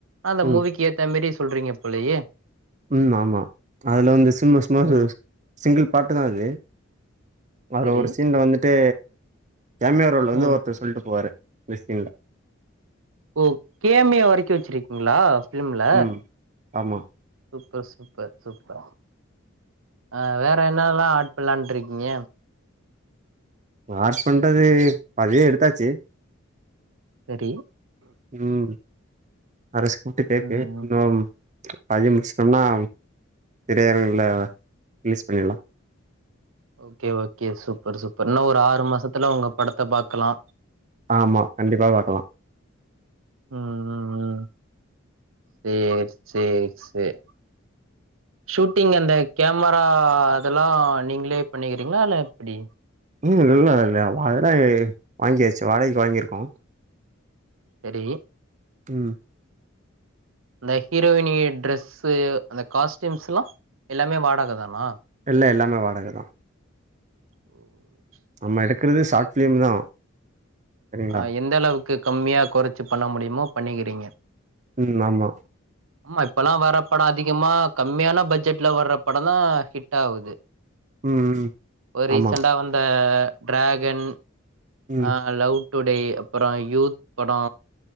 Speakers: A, on the right; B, on the right.
A: அந்த
B: ம்
A: மூவிக்கு ஏத்த மரி சொல்றீங்க போலயே
B: ம் ஆமா அதில் வந்து சும்மா சும்மா
A: ம்
B: சிங்கிள் பாட்டு தா அது அவர்
A: செரி
B: ஒரு சீனில் வந்துட்டு கேமியோ ரோல்ல வந்து
A: ம்
B: ஒருத்தர் சொல்லிட்டு போவாரு பேசிலில்ல
A: ஓ கேமியோ வரைக்கு வச்சிருக்கீங்களா ஃபிலிம்ல
B: ம் ஆமா
A: சூப்பர் சு சூப்பர் சூப்பர் ஆ வேற என்னல்லா ஆட் பண்ணலான்ட்டு இருக்கீங்க
B: ஆட் பண்றது பதிவே எடுத்தாச்சு
A: சரி
B: ம் அத ஸ்கிரிப்டு கேட்டு
A: ம்
B: இன்னு பாதிய முடிச்சுடோம்னா திரையரங்கல ரிலீஸ் பண்ணிடலா
A: ஓகே ஓகே சூப்பர் சூப்பர் என்னா ஒரு ஆறு மாசத்துல உங்க படத்த பாக்கலா
B: ஆமா கண்டிப்பா பாக்கலா
A: ம் ம் ம் சேரி சேரி சேரி ஷூட்டிங் அந்த கேமரா அதெல்லா நீங்களே பண்ணிக்கிறீங்களா இல்ல எப்டி
B: ம் இல்ல இல்ல அததா வாங்கியாச்சு வாடகைக்கு வாங்கியிருக்கோ
A: சரி
B: ம்
A: அந்த ஹீரோயினி ட்ரெஸ்ஸு அந்த காஸ்டியூம்ஸ்ல்லா எல்லாமே வாடக தானா
B: எல்லா எல்லாமே வாடகதா
A: <inaudible>
B: நம்ம எடுக்கிறது ஷார்ட் ஃபிலிம் தா சரிங்களா
A: அ எந்த அளவுக்கு கம்மியா கொறச்சி பண்ண முடியுமோ பண்ணிக்கிறீங்க
B: ம் ஆமா
A: ஆமா இப்பல்லா வர்ர படோ அதிகமா கம்மியான பட்ஜெட்ல வர்ற படம் தா ஹிட் ஆகுது
B: ம் ம்
A: ஒரு ரீசண்டா
B: ஆமா
A: வந்த ட்ராகன்
B: ம்
A: ஆ லவ் டுடே அப்புறோ யூத் படோ